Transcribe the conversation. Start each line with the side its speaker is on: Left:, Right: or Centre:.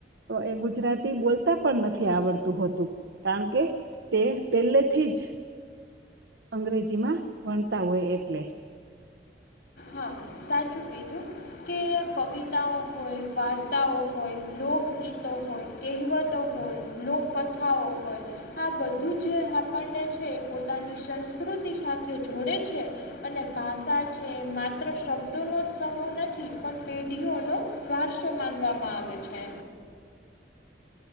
Right: એ ગુજરાતી બોલતા પણ નથી આવડ તું હતું કારણ કે તે પહેલેથી જ અંગ્રેજી માં વણતા હોય એટલે
Left: હા સાચું કીધું કે કવિતાઓ હોય વાર્તાઓ હોય લોકગીતો હોય કહેવતો હોય લોકકથાઓ હોય આ બધું જ આપણને છે પોતાની સંસ્કૃતિ સાથે જોડે છે. અને ભાષા છે મા માત્ર શબ્દો ન જ સમૂહ નથી પણ પેઢીઓનો વારસો માનવામાં આવે છે.